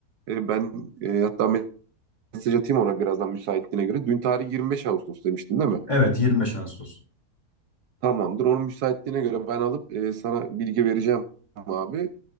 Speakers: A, on the right (about 75°); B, on the left (about 20°).
A: E, ben e, hatta mesaj atayım ona birazdan müsaitliğine göre. Dün tarih 25 Ağustos demiştin değil mi?
B: Evet 25 Ağustos.
A: Tamamdır. Onun müsaitliğine göre ben alıp e, sana bilgi vereceğim abi.